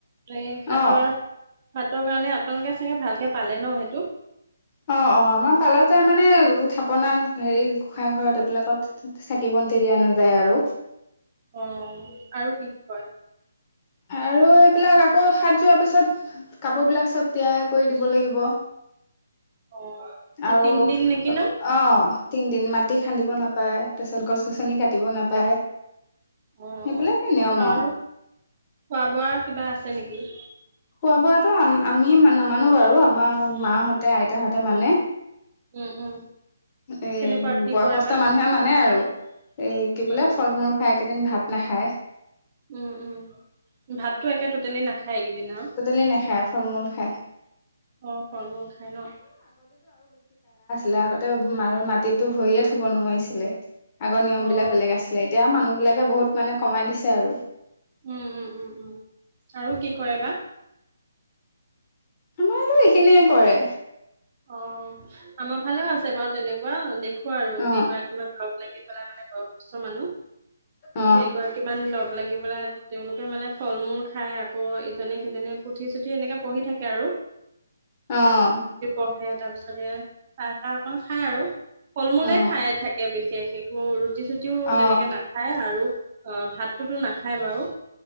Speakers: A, on the right (about 30°); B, on the left (about 25°).
A: এই সাতৰ
B: অ
A: সাতৰ কাৰণে আপোনালোকে চাগে ভালকে পালে ন সেইটো
B: অ অ আমাৰ পালা যাই মানে থাপনাত হেৰি গোঁসাই ঘৰত এইবিলাকত চাকি বন্তি দিয়া নাযায় আৰু।
A: অ আৰু কি কি কৰে।
B: আৰু এইবিলাক আকৌ সাত যোৱাৰ পিছত কাপোৰবিলাক চব তিয়াই কৰি দিব লাগিব।
A: অ
B: আৰু
A: এই তিনদিন নেকি ন
B: অ। তিনি দিন মাটি খান্দিব নাপায় তাৰপিছত গছ গছনি কাটিব নাপায়
A: অ
B: সেইবিলাকে নিয়ম
A: আৰু খোৱা বোৱা কিবা আছে নেকি?
B: খোৱা বাতটো আমি নামানো বাৰু আমাৰ মাহঁতে আইতাহঁতে মানে।
A: উম উম।
B: এ
A: কেনেকুৱা কি
B: বয়সস্থ
A: কৰে বা
B: মানুহে মানে আৰু। এ কি বোলে
A: উম
B: ফল মূল খাই। একেইদিন ভাত নাখায়
A: উ উ ভাতটো একে টোটেলি নাখায় এইকেইদিন আৰু
B: টটেলি নাখায় ফল মূল খায়
A: অ ফল মূল খায় ন।
B: লেলাক ম মাটিতো ভৰিয়ে থব নোৱাৰিছিলে। আগৰ নিয়ম
A: অ',
B: বিলাক বেলেগ আছিলে এতিয়া মানুহ। বিলাকে বহুত মানে কমাই দিছে আৰু।
A: উম উম উম উম আৰু কি কৰে বা।
B: আমাৰতটো এইখিনিয়ে কৰে।
A: অ আমাৰ ভালেও আছে। বাৰু তেনেকুৱা দেখ আৰু
B: অ
A: কেইগৰাকীমানক। লাগি পেলাই মানে বয়সস্থ মানুহ
B: অ
A: কেই গৰাকী মন লগ লাগি পেলাই তেওঁলোকেও মানে ফল মূল খাই আকৌ ইজনে সিজনে পুঠি চুঠি এনেকে পঢ়ি থাকে আৰু
B: আহ।
A: পৰহে তাৰ পিছতে চাহ তাহ অকল খাই আৰু। ফল মূলে
B: অ
A: খাই থাকে বিশেষ। অঁ ৰুটি- ছুটিও
B: অ
A: তেনেকৈ নাখায়। আৰু- অঁ ভাতটো তো নাখায় বাৰু।